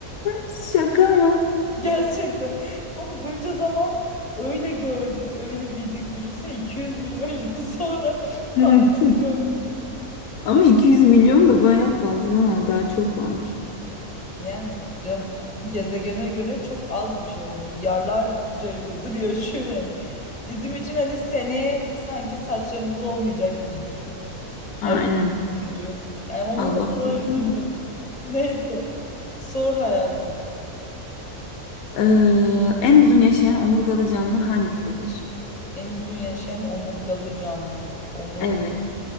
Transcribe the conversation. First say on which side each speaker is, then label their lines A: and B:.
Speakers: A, on the left; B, on the left.
A: Şaka mı?
B: <laughs> Gerçekten. Oğlum bunca zaman öyle gördük, öyle bildik. Düşünsene 200 milyon yıl sonra <laughs>
A: <laughs>
B: halkası yok.
A: Ama 200 milyon da baya fazla. ha, Daha çok var.
B: Yani canım gezegene göre çok az bir şey o. Milyarlarca yıldır yaşıyor yani. Bizim için hani seneye sanki saçlarımız olmayacak gibi düşün.
A: Aynen.
B: Ay çok üzücü. Yani onun
A: Allah
B: adına
A: korusun
B: üzüldüm.
A: da.
B: Neyse. Sor hayatım.
A: Ee, en uzun yaşayan omurgalı canlı hangisidir?
B: En uzun yaşayan omurgalı canlı. Omur
A: Evet.